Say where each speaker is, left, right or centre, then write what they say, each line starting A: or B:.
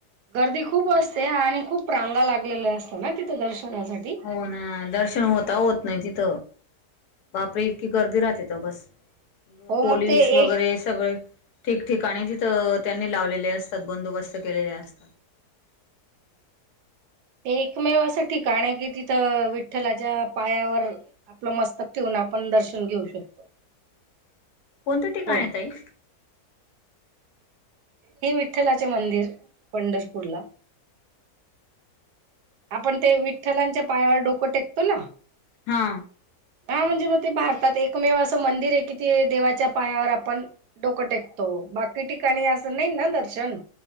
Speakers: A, on the right; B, on the left.
A: गर्दी खूप असते आणि खूप रांगा लागलेल्या असत ना तिथे दर्शनासाठी
B: होणा दर्शन होता होत नाही तिथ बापरे गर्दी राहते तर बस
A: हो
B: पोलीस
A: मग ते
B: वगैरे
A: एक
B: सगळे ठिकठिकाणी तिथं त्यांनी लावलेले असतात बंदोबस्त केलेले असतात. <unintelligible>
A: ते एकमेव असं ठिकाण आहे कि तिथं विठ्ठलाच्या पायावर आपलं मस्तक ठेवून आपण दर्शन घेऊ शकतो.
B: कोणतं ठिकाण
A: पण
B: आहे ताई?
A: हे विठ्ठलाचे मंदिर पंढरपूरला आपण ते विठ्ठलांच्या पायावर डोकं टेकतोना
B: हा.
A: हा म्हणजे मग ते भारतात एकमेव असं मंदिर आहे कि ते देवाच्या पायावर आपण डोकं टेकतो. हो बाकी ठिकाणी असं नाही ना दर्शन